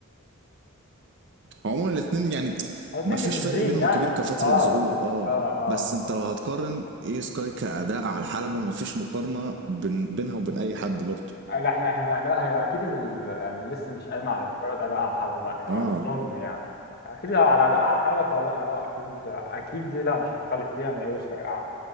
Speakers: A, on the right; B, on the left.
A: عموما الاثنين يعني
B: الاتنين
A: ما فيش
B: جامدين
A: فرق بينهم
B: يعني
A: كبير
B: بس
A: كفتره
B: اه
A: ظهور اه
B: اه اه
A: بس انت لو هتقارن اي سكاي كاداء على الحلبه ما فيش مقارنه بين بينها وبين اي حد برضه
B: اه لا احنا احنا لا هي اكيد ال... يعني لسه مش قايمه على مجرد اداء على الحلبه هي ما
A: اه
B: اظن يعني اكيد لو على اداء آه. على الحلبه فلا اه اكيد اكيد دي لا مش هختلف فيها ان ايو سكاي اعلى